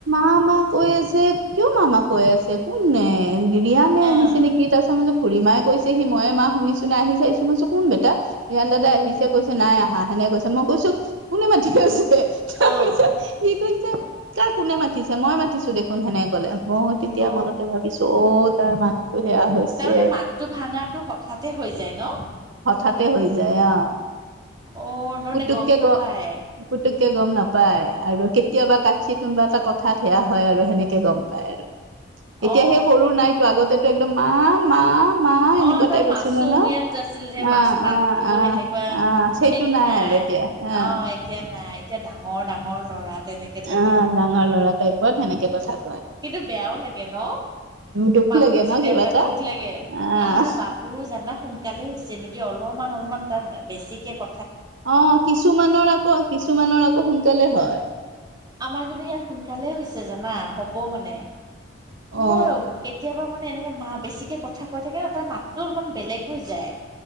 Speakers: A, on the right; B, on the right.
A: মামা কৈ আছে কিয় মামা কৈ আছে কোন নে? গিৰিয়ানে আহিছে
B: অ
A: নেকি তাৰপিছ মই খুৰী মাই কৈছে সি ময়ে মা শুনিছো নাই আহি চাইছো মইছো কোন বেটা ৰিহান দাদা আহিছে কৈছে নাই আহা। সেনে কৈছে মোক। কৈছো কোনে মাতি আছে ত
B: অ
A: পিছ কি কৈছে ত কোনে মাতি মই মাতিছো দেখোন সেনেক ক'লে। মই তেতিয়া
B: অ
A: মনতে ভাবিছো অ' তাৰ মাতটো সেয়া হৈছে।
B: তাৰমানে মাতটো ভাঙাটো হঠাতে হৈ যায় ন?
A: হঠাতে হৈ যায় আহ
B: অ তাৰমানে
A: পুতুককে
B: গম নাপায়
A: গ পুু গম নাপায় আৰু কেতিয়াবা কাটছিত কোনোবা এটা কথাত সেয়া হয়। হয় আৰু সেনেকে গম পায় আৰু এতিয়া
B: অ
A: সেই সৰু নাইতো আগতেো একদম মা, মা। এনেকুৱা
B: অ' তাৰ
A: টাইপ
B: মাছুম
A: আছিলে ন
B: <inaudible> ইয়াত আছিল যে। মাছ
A: আহ
B: মাতো
A: আহ আহ
B: সেনেকুৱা
A: আহ
B: সেইটো নাই
A: আৰু এতিয়া আহ
B: অ এতিয়া নাই এতিয়া ডাঙৰ ডাঙৰ ল'ৰা তেনেকে থাকে
A: অ ডাঙৰ ল'ৰাটাইপত সেনেকে কথা কয়
B: কিন্তু বেয়াও লাগে ন
A: দুখ
B: মাততো
A: লাগে
B: যেতিয়া
A: ন কিবা
B: ভাঙে
A: এটা
B: দুখ লাগে
A: আহ
B: আমাৰ বাবুৰো জানা সোনকালে হৈছে নেকি অলপমান অলপমান বেছিকে ক
A: অ কিছুমানৰ আকৌ কিছুমানৰ আকৌ সোনকালে হয়
B: আমাৰ কিন্তু ইয়াত সোনকালে হৈছে জানা হ'ব মানে
A: অ
B: মইয়ো কেতিয়াবা মানে এনেকাে মা বেছিকে কথা কৈ থাকে ন তাৰ মাতটো অলপমান বেলেগ হৈ যায়